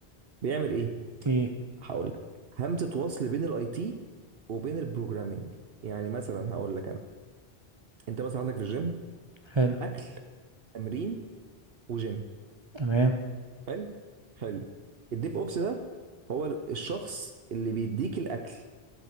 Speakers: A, on the right; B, on the right.
A: بيعمل ايه
B: ايه
A: هقول لك همزه وصل بين الاي تي وبين البروجرامينج يعني مثلا هقول لك انا انت مثلا عندك في الجيم
B: حلو
A: اكل تمرين وجيم
B: تمام
A: حلو حلو الديف اوبس ده هو الشخص اللي بيديك الاكل